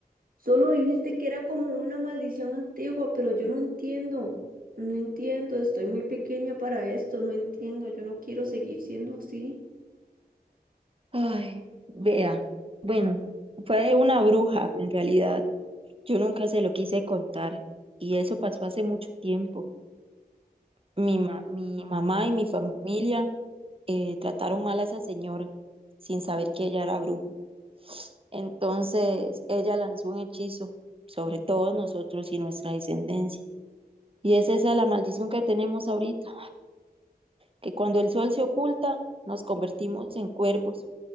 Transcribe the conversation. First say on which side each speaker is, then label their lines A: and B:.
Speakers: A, on the right; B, on the right.
A: Solo dijiste que era como una maldición antigua, pero yo no entiendo. No entiendo, estoy muy pequeña para esto, no entiendo, yo no quiero seguir siendo así.
B: Ay, vea. Bueno, fue una bruja en realidad. Yo nunca se lo quise contar y eso pasó hace mucho tiempo. Mi, ma- mi mamá y mi familia eh, trataron mal a esa señora sin saber que ella era bruja. Entonces ella lanzó un hechizo sobre todos nosotros y nuestra descendencia. Y es esa la maldición que tenemos ahorita. que cuando el sol se oculta, nos convertimos en cuervos